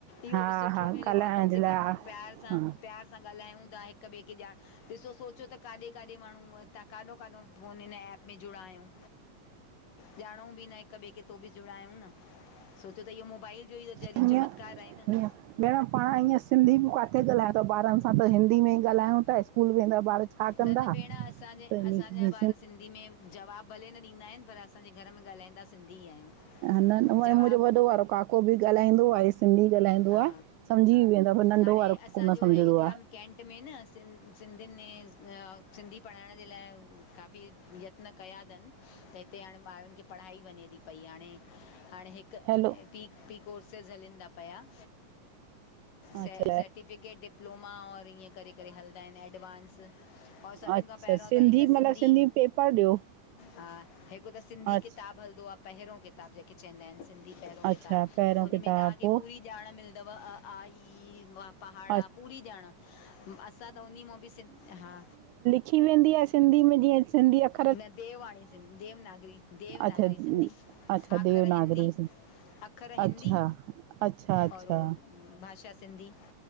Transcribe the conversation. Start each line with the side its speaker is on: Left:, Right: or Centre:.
Left: इहो
Right: हा
Left: बि सुठो
Right: हा
Left: मिलियो
Right: ॻाल्हाइण
Left: आ कम
Right: जे
Left: से
Right: लाइ
Left: कम
Right: हा
Left: प्यार सां,
Right: हा
Left: प्यार सां सां ॻाल्हायूं था हिक ॿिए खे ॼाण ॾिसो सोचो त काडे-काडे माण्हू हितां काॾों-काॾों फोन हिन एप में जुड़ा आहियूं। ॼाणऊँ बि न हिक ॿिए खे तो बि जुड़ायूं न सोचो त इहो मोबाइल जो ई ज़रिए
Right: हींय-हींय
Left: चमत्कार आहे न
Right: भेण पाण ईअं सिंधी बि काथे ॻाल्हायूं था ॿारनि सां त हिंदी में ई ॻाल्हायूं था स्कूल वेंदा ॿार छा कंदा
Left: न, न भेण असांजे
Right: त इन
Left: असांजा
Right: करे
Left: ॿार सिंधी में जवाबु भले न ॾींदा आहिनि पर असांजे घर में ॻाल्हाईंदा सिंधी ई आहियूं।
Right: ह न, न मुंहिंजो
Left: जवाब
Right: वॾो वारो काको बि ॻाल्हाईंदो आहे सिंधी ॻाल्हाईंदो
Left: हा
Right: आ समझी वेंदो आ पर नंढो
Left: हाणे
Right: वारो
Left: असांजो
Right: कोन
Left: अयोध्या
Right: समझंदो आ।
Left: कैंट में न सिं सिंधियुनि में अ सिंधी पढ़ाइण जे लाइ काफ़ी ते यतन कया तन, त हिते हाणे बारन खे पड़ाई वञे थी पयी हाणे हाणे हिक
Right: हैलो
Left: पी पी कोर्सेस हलींदा पिया। से
Right: अच्छा
Left: सर्टिफिकेट डिप्लोमा और ईअं करे करे हलंदा आहिनि एडवांस और सभिनि
Right: अच्छा
Left: खां पहिरियों त हिकु
Right: मतिलबु
Left: सिंधी
Right: पेपर ॾियो
Left: हा हिकु त सिंधी
Right: अच्छा
Left: किताबु हलदो आ पहिरियों किताबु जेके चईंदा आहिनि सिं धी पहिरियों किताबु
Right: अच्छा पहिरियों
Left: हुन
Right: किताब
Left: में तव्हांखे
Right: पोइ
Left: पूरी ॼाण मिलदव अ आ इ ई पहाडा
Right: अ
Left: पूरी जाण, असां त उन्ही मों बि सिंध हा
Right: खी वेंदी आ सिंधी में जीअं सिंधी अख
Left: न देववाणी सिं देवनागरी, देवनागरी
Right: अच्छा
Left: सिंधी
Right: अच्छा
Left: आख़र
Right: देवनागरी
Left: हिंदी अखर हिंदी
Right: अच्छा अच्छा अच्छा
Left: और ओ भाषा सिंधी।